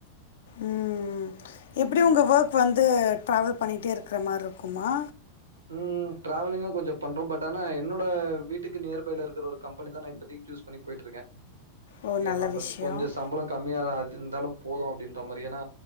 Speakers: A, on the left (about 60°); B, on the right (about 80°).
A: ம் ம் ம் எப்டி உங்க வொர்க் வந்து டிராவல் பண்ணிகிட்டே இருக்கிற மார்ருக்குமா
B: ம் டிராவலிங்கு கொஞ்ச பண்றோ பட் ஆனா என்னோட வீட்டுக்கு நியர் பைல இருக்கிற ஒரு கம்பெனிக்கு தா இப்பதைக் சூஸ் பண்ணி போய்ட்டு இருக்கே
A: ஓ
B: ஏனா
A: நல்ல
B: நம்மளுக்கு
A: விஷயம்
B: கொஞ்சோ சம்பள கம் மியா தா ஆகுது இருந்தாலு போது அப்டின்ற மாரியான